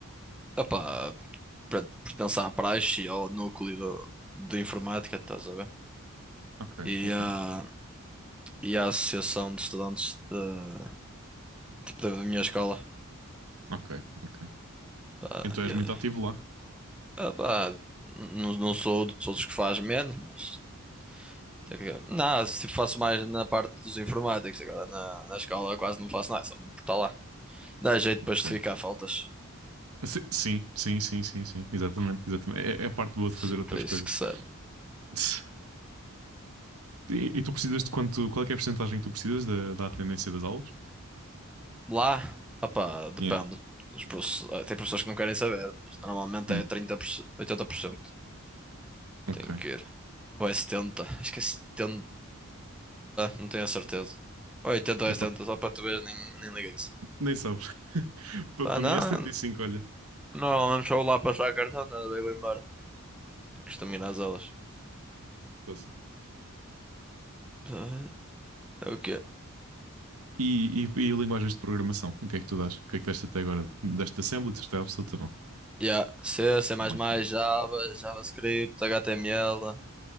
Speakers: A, in the centre; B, on the right.
A: Ah, pá, pre- pertenço à praxe e ao núcleo do- de informática, estás a ver?
B: Ok,
A: E
B: ok,
A: à, e à associação de estudantes da tipo, da minha escola.
B: ok, ok.
A: Pá,
B: Então
A: e
B: és
A: é-
B: muito ativo lá.
A: Ah, pá, não, não sou, sou dos que faz menos, mas. tem que- Não, se faço mais na parte dos informáticos, agora na, na escola quase não faço nada, só mesmo por estar lá. Dá jeito
B: Ok.
A: para justificar faltas.
B: Si- Sim, sim, sim, sim, sim, Exatamente, exatamente. É, é a parte boa
A: Se
B: de fazer
A: é
B: outras
A: para isso
B: coisas.
A: que serve.
B: Tss, E, e tu precisas de quanto, qual é que é a percentagem que tu precisas da, da atendência das aulas?
A: Lá, opá, depende.
B: Yeah.
A: Os profe- ah, Tem professores que não querem saber, mas normalmente
B: Hum,
A: é trinta por cento oitenta por cento.
B: ok.
A: Tem que ir. Ou é 70%, acho que é 70%, não tenho a certeza. Ou é 80% ou
B: Epá,
A: é 70%, só para tu veres nem, nem liga isso.
B: nem sabes. <laughs> Para
A: Pá, não,
B: mim é setenta e cinco olha.
A: normalmente só vou lá passar cartão, nada, eu vou embora. Costumo ir às aulas.
B: Poxa.
A: Pá, É o quê?
B: E, e, e linguagens de programação? O que é que tu dás? O que é que deste até agora? Deste Assembly? Deste absoluta não?
A: Yeah. C, C++, Java,
B: Ok.
A: JavaScript, HTML,